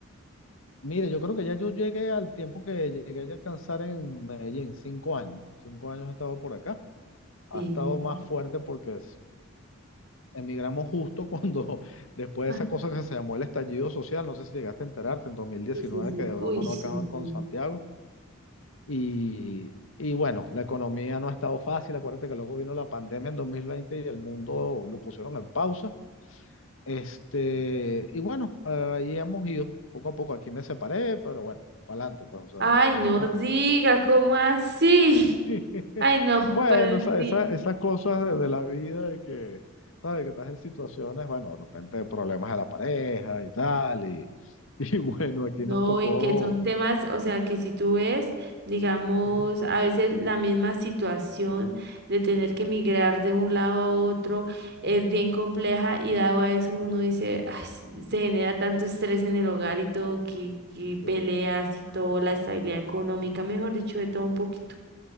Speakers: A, on the left; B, on the right.
A: <laughs> Mire, yo creo que ya yo llegué al tiempo que llegué a alcanzar en Medellín, cinco años. Cinco años he estado por acá. ha
B: Sí.
A: estado más fuerte porque es- emigramos justo cuando, <laughs> después
B: Ah,
A: de esa cosa que se llamó el estallido social, no sé si llegaste a enterarte, en dos mil diecinueve
B: Sí, sí, sí.
A: que de broma
B: Uy, sí,
A: no acaban con
B: sí.
A: Santiago. Y, y bueno, la economía no ha estado fácil, acuérdate que luego vino la pandemia en 2020 y el mundo lo pusieron en pausa. Este, y bueno, ahí hemos ido poco a poco, aquí me separé, pero bueno, para adelante, pues, o sea,
B: Ay,
A: hay que
B: no diga, ¿cómo así? <laughs>
A: <laughs>
B: Ay, no,
A: Bueno,
B: pero en
A: o sea,
B: fin.
A: esa- esas cosas de, de la vida y que, ¿sabes? Que estás en situaciones, bueno, de repente problemas de la pareja y tal, y, <laughs> y bueno, aquí
B: No,
A: nos tocó,
B: y que son temas, o sea, que si tú ves, digamos,
A: Ujú.
B: a veces la misma situación de tener que migrar de un lado a otro es bien compleja y dado a eso uno dice, "Ay, s- se genera tanto estrés en el hogar y todo, que, que
A: eh,
B: peleas y todo, la estabilidad económica, mejor dicho, de todo un poquito.